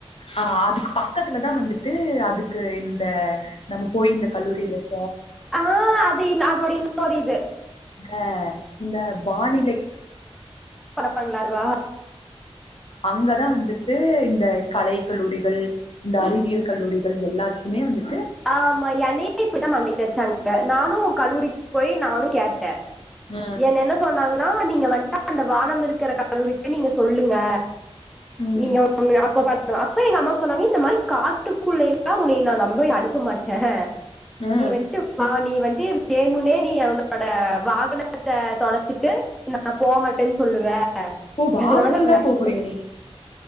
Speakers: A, on the left; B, in the centre.
A: ஆஹ் அதுக்கு பக்கத்துல தா வந்துட்டு அதுக்கு இந்த நம்ம போய் இந்த கல்லூரிலஸ்
B: ஆஹ் அது அதோட இன்னொர் இது
A: அஹ் இந்த பானிலை
B: பங்ள வா
A: அங்கதா வந்துட்டு இந்த கலை கல்லூரிகள் இந்த அறிவியல் கல்லூரிகள் எல்லாத்துக்குமே வந்து
B: ஆமா என்னையு இப்பதா மண்டய தேச்சாங்க நானு கல்லூரிக்கு போய் நானு கேட்ட
A: அ
B: என்ன என்ன சொன்னாங்கன்னா நீங்க வன்ட்டு அந்த வானம் இருக்கற கல்லூரிக்கு நீங்க சொல்லுங்க
A: ம்
B: நீங்க <inaudible> அப்ப அப்ப எங்க அம்மா சொன்னாங்க இந்த மாரி காட்டுக்குள்ளேலா உன்னைய நா நம்பி அனுப் மாட்ட
A: அ
B: நீ வன்ட்டு வா நீ வன்ட்டு வேணுனே <inaudible> என்னோட வாகனத்த தொலச்சிட்டு நா <inaudible> போமாட்டேன்னு சொல்லுவ
A: ஓ வாகனத்துல
B: அதனால வேண்டா
A: தா போ போறியா நீ